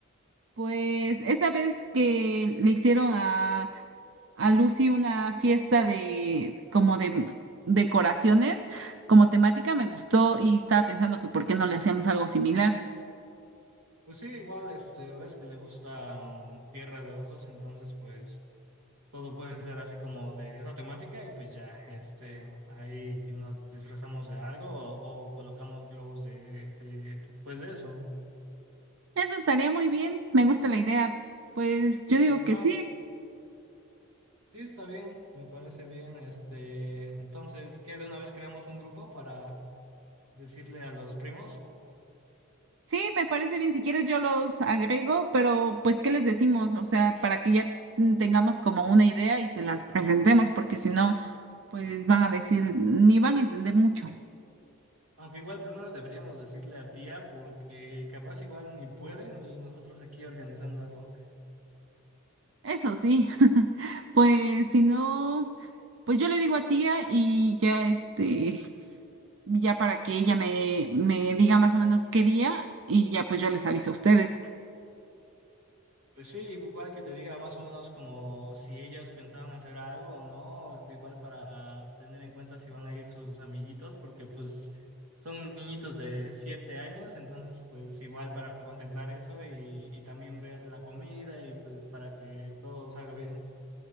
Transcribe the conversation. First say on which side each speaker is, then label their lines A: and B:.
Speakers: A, on the right; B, on the right.
A: Pues esa vez que le hicieron a, a Lucy una fiesta de como de decoraciones, como temática, me gustó y estaba pensando que por qué no le hacíamos algo similar.
B: Pues sí, igual, este, ves que le gusta mm, Tierra de Osos, entonces pues todo puede ser así como de esa temática y pues ya, este, ahí nos disfrazamos de algo o, o colocamos globos de, de- de- pues de eso.
A: Eso estaría muy bien, me gusta la idea. Pues yo digo
B: Pues
A: que
B: va,
A: sí,
B: sí, está bien, me parece bien, este, entonces, ¿qué de una vez creamos un grupo para decirle a los primos?
A: Sí, me parece bien. Si quieres, yo los agrego, pero pues, ¿qué les decimos? O sea, para que ya mm, tengamos como una idea y se las presentemos, porque si no, pues van a decir, ni van a entender mucho.
B: Aunque igual primero deberíamos decirle a tía porque capaz igual ni pueden y nosotros aquí organizando algo.
A: Eso sí, <laughs> pues si no, pues yo le digo a tía y ya este, ya para que ella me, me diga más o menos qué día y ya pues yo les aviso a ustedes.
B: Pues sí, igual que te diga más o menos como si ellos pensaban hacer algo o no, igual para tener en cuenta si van a ir sus amiguitos, porque pues son niñitos de siete años, entonces pues igual para contemplar eso y, y también ver la comida y pues para que todo salga bien.